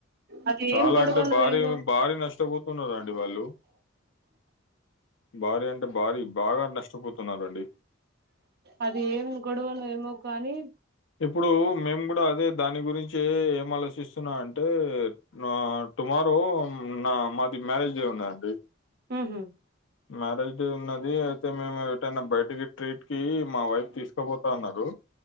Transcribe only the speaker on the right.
అది
ఏం గొడవనో
ఏదో
అది ఏం గొడవనో ఏమో కానీ
మ్మ్ హ్మ్